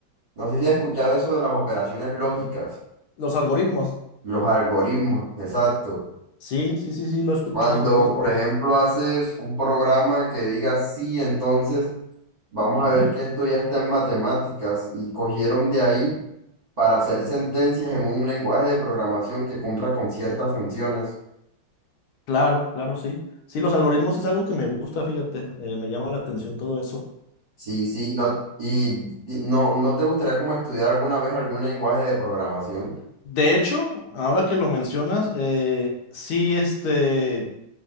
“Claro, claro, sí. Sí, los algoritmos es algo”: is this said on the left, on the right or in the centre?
Left